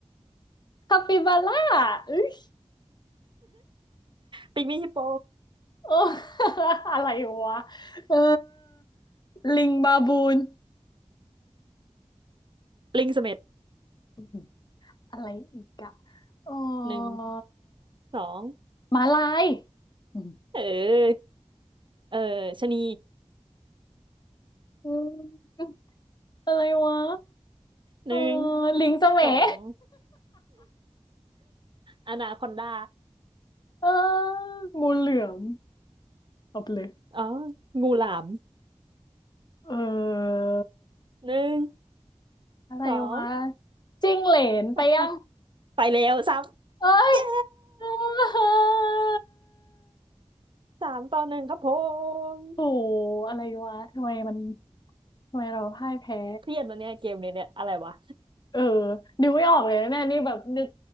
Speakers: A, on the left; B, on the right.
A: คาปิบาร่าเอ้ย
B: ปิงมี่ฮิปโป
A: <laughs> โอ้ <laughs> อะไรวะเออลิงบาบูน
B: ลิงเสม็ด
A: อื้อหืออะไรอีกอะเออ
B: หนึ่งสอง
A: หมาลายอืม
B: เออ เออชะนี
A: อืมอะไรวะเออ
B: หนึ่ง
A: ลิงสมย
B: สองอนาคอนดา
A: เอองูเหลือมเอาไปเลย
B: อ๋อ งูหลาม
A: เออ
B: หนึ่ง
A: อะไรวะ
B: สอง
A: จิ้งเหลนไปยัง
B: อ่ะไปแล้วสาม
A: เอ้ย
B: เย้
A: <laughs>
B: สามต่อหนึ่งครับผม
A: โอ้โห อะไรวะทำไมมันทำไมเราพ่ายแพ้
B: เครียดวันเนี้ยเกมเนี้ยเนี่ยอะไรวะ
A: เออนึกไม่ออกเลยนะเนี่ยนี่แบบนึก